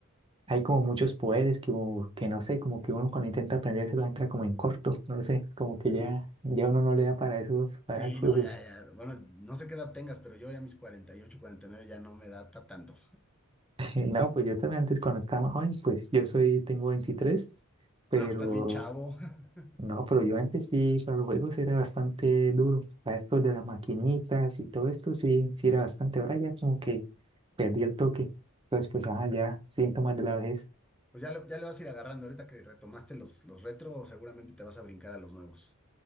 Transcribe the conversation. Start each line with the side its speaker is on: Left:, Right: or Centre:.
Right: hay como muchos poderes que, u- que no sé, como que uno cuando intenta aprenderse lo entra como en corto, no sé, como que
Centre: sí,
Right: ya, ya uno no le da para esos, para
Centre: Sí,
Right: esas cosas.
Centre: no, ya, ya. Bueno, no sé qué edad tengas, pero yo ya a mis cuarenta cuarenta y ocho, cuarenta y nueve ya no me da pa' tanto.
Right: <laughs> No, pues yo también antes cuando estaba más joven, pues yo soy, tengo 23 pero
Centre: No, pues estás bien chavo. <laughs>
Right: No, pero yo antes sí, para los juegos era bastante duro. Para esto de las maquinitas y todo esto sí, sí era bastante. Ahora ya como que perdí el toque. Entonces, pues, ajá, ya, síntomas de la vejez.
Centre: Pues ya le, ya le vas a ir agarrando. Ahorita que retomaste los, los retro, seguramente te vas a brincar a los nuevos.